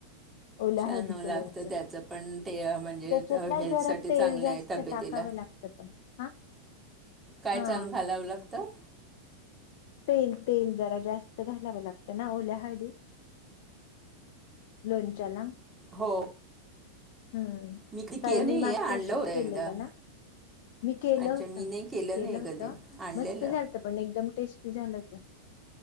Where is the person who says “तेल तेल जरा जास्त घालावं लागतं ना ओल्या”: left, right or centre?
Left